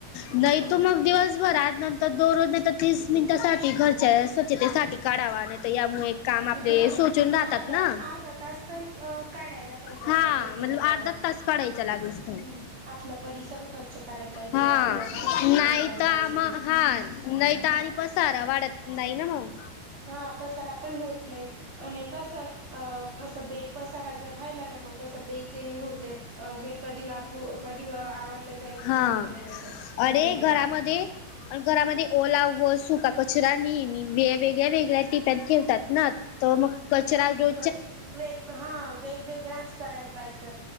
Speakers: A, on the left; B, on the right.
A: नाही
B: हम्म
A: तू मग दिवसभरात नंत तर दोनरोज नाही तर तीस मिनिटांसाठी घरच्या स्वच्छतेसाठी काढावा. यामुळे काम आपले
B: हा
A: सोचून राहतात
B: अर्धा
A: ना
B: अर्धा तास तरी काढायला पाहिजे
A: हा
B: आपण स्वच्छतेकडे
A: मण अर्धच तास काढायच लागेस.
B: हम्म आपला परिसर स्वच्छ करायला पाहिजे
A: हा
B: आपलं गाव स्वच्छ
A: नाही
B: करायला
A: तर आम
B: पाहिजे
A: हा नाही
B: हम्म
A: तर आणि पसारा वाढत नाही ना मग
B: हा पसरा पण होत नाही अनेकस. अ असं बे पसारा जर राहिला ना मग असं बेचेणी होते हे कधी वापरू. कधी आवडला जाई
A: हा
B: कधी नाहीय अससो
A: अरे
B: आणि.
A: घरामध्ये घरामध्ये. ओला व सुका कचरा नेहमी वे वेगळ्या वेगळ्या टिप्या ठेवतात. ना तर मग कचरा रो.
B: वे ह वेगवेगळाच करायला पाहिज